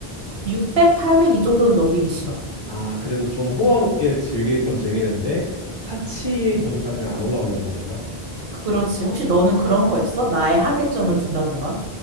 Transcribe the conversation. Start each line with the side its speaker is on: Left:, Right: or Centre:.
Right: 600, 800 이 정도는 넘기기 싫어.
Left: 아, 그래도 좀 호화롭게 즐길 건 즐기는데 사치 정도까지는 안 올라간다는 말이구나.
Right: 그렇지. 혹시 너는 그런 거 있어? 나의 한계점을 둔다던가?